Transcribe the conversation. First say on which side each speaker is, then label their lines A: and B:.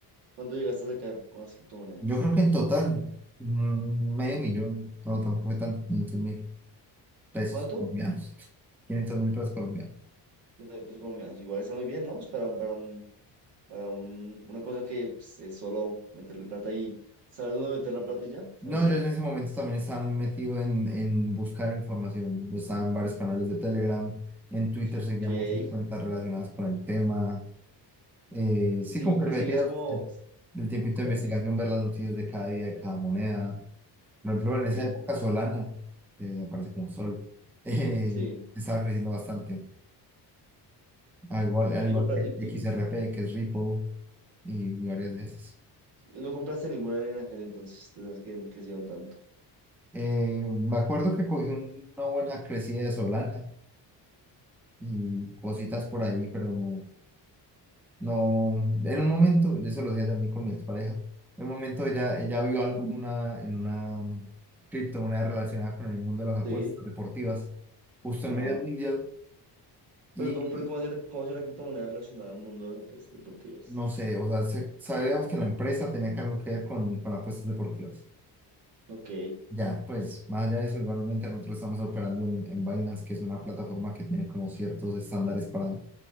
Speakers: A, on the right; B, in the centre.
A: ¿Cuánto llegaste a sacar con las criptomonedas?
B: Yo creo que en total, mm, medio millón, no, tampoco fue tanto, 500 mil pesos
A: ¿Cuánto?
B: colombianos, Quinientos mil pesos colombianos.
A: 30 mil pesos colombianos. Igual está muy bien, ¿no? Pues para, un- para un para un, una cosa que pues, es solo meterle plata y saber dónde meter la plata y ya, está
B: No,
A: muy bien.
B: yo en ese momento también estaba muy metido en, en buscar información. Yo estaba en varios canales de Telegram, en Twitter seguía
A: Ok. Y,
B: muchas cuentas relacionadas con el tema. Eh, sí,
A: segui-
B: como que le
A: y
B: metía
A: seguías como,
B: el tiempito
A: ya,
B: de investigación, ver las noticias de cada día, de cada moneda. Por ejemplo,
A: ok,
B: en esa época Solana, que aparece como Sol, <laughs> eh,
A: sí.
B: estaba creciendo bastante. Al igual, al
A: Y,
B: igual
A: compra-
B: que
A: y, y-
B: XRP, que es Ripple, y varias de esas.
A: y no compraste ninguna arena en aquel entonces, de esas que crecieron tanto.
B: Eh, me acuerdo que cogí un- una buena crecida de Solana y cositas por ahí, pero no, no, en un momento, de eso lo dije también con mi expareja, en un momento ella, ella vio algo en una, en una criptomoneda relacionada con el mundo de las apuestas
A: Sí,
B: deportivas, justo
A: ajá.
B: en medio del mundial, y
A: Pero compré como si una, como si una criptomoneda relacionada al mundo de las apuestas deportivas.
B: no sé, o sea, se- sabíamos que la empresa tenía que algo que ver con, con apuestas deportivas.
A: Ok,
B: Ya, pues, más allá de eso, igualmente nosotros estamos operando en, en Binance, que es una plataforma que tiene como ciertos estándares para